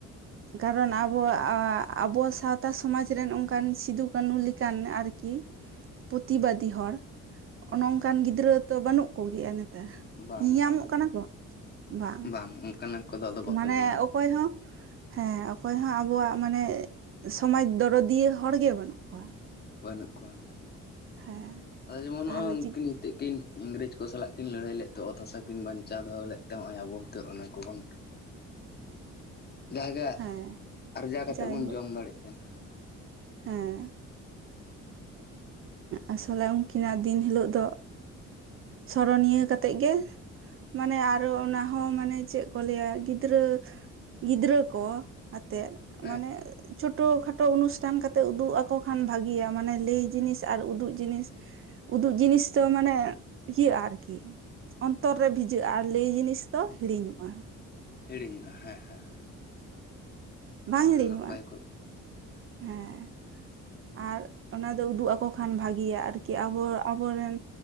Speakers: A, on the right; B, on the left.
A: ᱠᱟᱨᱚᱱ ᱟᱵᱚᱣᱟᱜ ᱟᱵᱚ ᱥᱟᱶᱛᱟ ᱥᱚᱢᱟᱡᱽ ᱨᱮᱱ ᱚᱱᱠᱟᱱ ᱥᱤᱫᱩ ᱠᱟᱹᱱᱩ ᱞᱮᱠᱟᱱ ᱟᱹᱨᱠᱤ᱾ ᱯᱨᱚᱛᱤᱵᱟᱫᱤ
B: ᱦᱮᱸ
A: ᱦᱚᱲ
B: ᱦᱮᱸ
A: ᱱᱚᱝᱠᱟᱱ ᱜᱤᱫᱽᱨᱟᱹ ᱛᱚ ᱵᱟᱹᱱᱩᱜ ᱠᱚᱜᱮᱭᱟ ᱱᱤᱛ ᱛᱟᱨ
B: ᱵᱟᱝ
A: ᱧᱮᱟᱢᱚᱜ
B: ᱵᱟᱝ
A: ᱠᱟᱱᱟ ᱠᱚ ᱵᱟᱝ ᱾
B: ᱵᱟᱝ ᱚᱱᱠᱟᱱᱟᱜ ᱠᱚᱫᱚ, ᱟᱫᱚ ᱵᱟᱠᱚ
A: ᱢᱟᱱᱮ
B: ᱧᱮᱧᱟᱢᱚᱜ
A: ᱚᱠᱚᱭ
B: ᱠᱟᱱᱟ
A: ᱦᱚᱸ ᱦᱮᱸ ᱚᱠᱚᱭ ᱦᱚᱸ ᱟᱵᱚᱣᱟᱜ ᱢᱟᱱᱮ ᱥᱚᱢᱟᱡᱽ ᱫᱚᱨᱚᱫᱤᱭᱟᱹ ᱦᱚᱲ ᱜᱮ ᱵᱟᱹᱱᱩᱜ ᱠᱚᱣᱟ ᱾
B: ᱵᱟᱹᱱᱩᱜ ᱠᱚᱣᱟ
A: ᱦᱮᱸ
B: ᱟᱫᱚ ᱡᱮᱢᱚᱱ
A: ᱛᱟᱦᱚᱞᱮ
B: ᱱᱚᱜᱼᱚᱭ ᱩᱱᱠᱤᱱ
A: ᱪᱤ
B: ᱠᱤᱱ ᱤᱝᱨᱮᱡᱽ ᱠᱚ ᱥᱟᱞᱟᱜ ᱠᱤᱱ ᱞᱟᱹᱲᱦᱟᱹᱭ ᱞᱮᱫ ᱛᱮ ᱚᱛ ᱦᱟᱥᱟ ᱠᱤᱱ ᱵᱟᱧᱪᱟᱣ ᱫᱚᱦᱚ ᱞᱮᱫ ᱛᱮᱜᱼᱚᱭ ᱟᱵᱚᱛ ᱚᱱᱟᱠᱚᱵᱚᱱ,
A: <inaudible>
B: ᱡᱟᱦᱟ ᱜᱮ
A: ᱦᱮᱸ
B: ᱟᱨᱡᱟᱣ ᱠᱟᱛᱮᱫ
A: ᱡᱟᱭᱦᱳᱠ
B: ᱵᱚᱱ ᱡᱚᱢ ᱫᱟᱲᱮᱜ ᱠᱟᱱᱟ ᱾
A: ᱦᱮᱸ ᱾ ᱟᱥᱚᱞᱮ ᱩᱱᱠᱤᱱᱟᱜ ᱫᱤᱱ ᱦᱤᱞᱳ ᱫᱚ ᱥᱚᱨᱚᱱᱤᱭᱟᱹ ᱠᱟᱛᱮᱜ ᱜᱮ, ᱢᱟᱱᱮ ᱟᱨᱚ ᱚᱱᱟ ᱦᱚᱸ ᱢᱟᱱᱮ ᱪᱮᱫ ᱠᱚ ᱞᱟᱹᱭᱟ ᱜᱤᱫᱽᱨᱟᱹ ᱜᱤᱫᱽᱨᱟᱹ ᱠᱚ, ᱟᱛᱮᱫ
B: ᱦᱮᱸ
A: ᱢᱟᱱᱮ ᱪᱷᱳᱴᱳ ᱠᱷᱟᱴᱳ ᱚᱱᱩᱥᱴᱷᱟᱱ ᱠᱟᱛᱮᱜ ᱩᱫᱩᱜ ᱟᱠᱚ ᱠᱷᱟᱱ ᱵᱷᱟᱜᱮᱤᱭᱟ ᱾ ᱢᱟᱱᱮ ᱞᱟᱹᱭ ᱡᱤᱱᱤᱥ ᱟᱨ ᱩᱫᱩᱜ ᱡᱤᱱᱤᱥ, ᱩᱫᱩᱜ ᱡᱤᱱᱤᱥ ᱫᱚ ᱢᱟᱱᱮ ᱤᱭᱟᱹᱜᱼᱟ ᱟᱨᱠᱤ ᱚᱱᱛᱚᱨ ᱨᱮ ᱵᱷᱤᱡᱟᱹᱜᱼᱟ ᱟᱨ ᱞᱟᱹᱭ ᱡᱤᱱᱤᱥ, ᱫᱚ ᱦᱤᱲᱤᱧᱚᱜᱼᱟ ᱾
B: ᱦᱤᱲᱤᱧᱚᱜᱼᱟ ᱦᱮᱸ ᱦᱮᱸ ᱚᱱᱟ
A: ᱵᱟᱝ
B: ᱫᱚ ᱦᱟᱸᱜ
A: ᱦᱤᱲᱤᱧᱚᱜᱼᱟ
B: ᱱᱟᱯᱟᱭ ᱠᱚᱜ ᱜᱮᱭᱟ ᱾
A: ᱦᱮᱸ ᱾ ᱟᱨ ᱚᱱᱟ ᱫᱚ ᱩᱫᱩᱜ ᱟᱠᱚ ᱠᱷᱟᱱ ᱵᱷᱟᱜᱮᱭᱟ ᱟᱨᱠᱤ ᱟᱵᱚ ᱟᱵᱚᱨᱮᱱ,